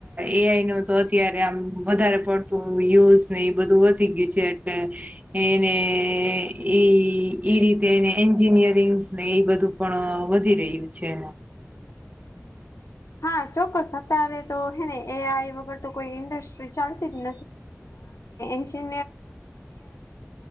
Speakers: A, on the right; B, on the left.
A: એઆઈ નો તો અત્યારે આમ વધારે તો યુઝ નહ બધું વધી ગયું છે એટલે એને <unintelligible> ઈ રીતે એને એન્જિનિયરિંગ્ ને એ બધું <unintelligible> પણ વધી રહ્યું છે એને
B: હા ચોક્કસ અત્યારે તો હેને એ આઈ વગર તો કોઈ ઇન્ડસ્ટ્રી ચાલતી જ નથી